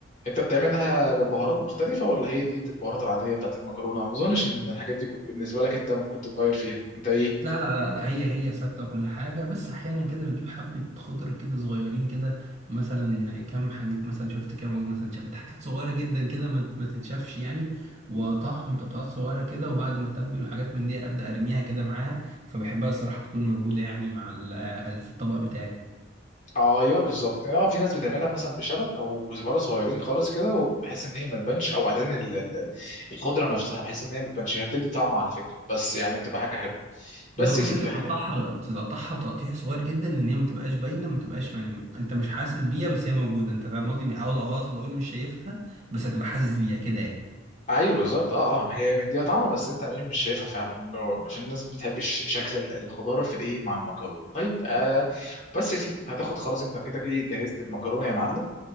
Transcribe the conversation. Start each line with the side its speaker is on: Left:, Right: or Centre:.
Left: انت بتعملها ببهارات مختلفه ولا هي دي البهارات العاديه بتاعت المكرونه ما اظنش ان الحاجات دي بالنسبه لك انت ممكن تتغير فيها انت ايه
Right: لا لا لا لا هي هي ثابته وكل حاجه بس احيانا كده بجيب حبه خضره كده صغيرين كده مثلا كام حاجه مثلا شفت كام عود مثلا شافت حاجات صغيره جدا كده ما, ما تتشافش يعني واقطعهم تقطعات صغيره كده وبعد ما اتبل وحاجات من دي ابدا ارميها كده معاها فبحبها الصراحه تكون موجوده يعني مع ال- في الطبق بتاعي
Left: اه ايوه بالظبط اه في ناس بتعملها مثلا بشبت او كزبره صغيرين خالص كده وبحيث ان هي ما تبانش او عدن ال- ال- ال- الخضره نفسها بحيث ان هي ما تبانش هي بتدي طعم على فكره بس يعني بتبقى حاجه حلوه بس
Right: بالظبط
Left: يا
Right: بس
Left: سيدي
Right: انت بتقطعها
Left: احنا
Right: بتقطعها تقطيع صغير جدا ان هي ما تبقاش باينه ما تبقاش يعني م- انت مش حاسس بيها بس هي موجوده انت فاهم قصدي او او اقصد اقول مش شايفها بس هتبقى حاسس بيها كده يعني
Left: ايوه بالظبط اه اه هي مديها طعم بس انت مين مش شايفها فعلا عشان الناس ما بتحبش شكل ال- الخضار في الايه مع المكرونه طيب آه بس يا سيدي هتاخد خلاص انت كده ايه جهزت المكرونه يا معلم